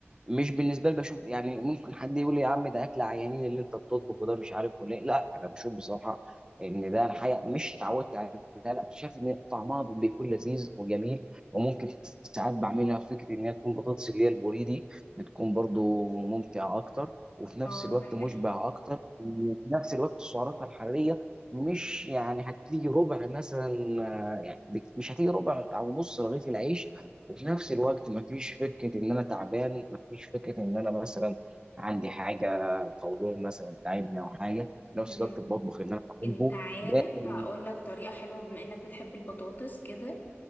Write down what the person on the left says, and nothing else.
اه
ده حقيقي
مم.
انت عارف
هقول لك طريقة حلوة بما انك بتحب البطاطس كده